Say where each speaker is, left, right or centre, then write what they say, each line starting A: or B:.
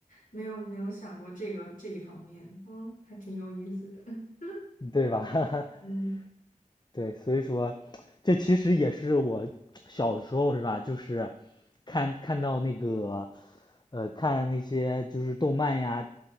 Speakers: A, on the left (about 70°); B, on the left (about 30°).
A: 没有没有想过这个这一方面，嗯，还挺有意思的，<laughs>
B: 对吧？<laughs>
A: 嗯
B: 对，所以说，这其实也是我小的时候是吧？就是看看到那个，呃，看那些就是动漫呀，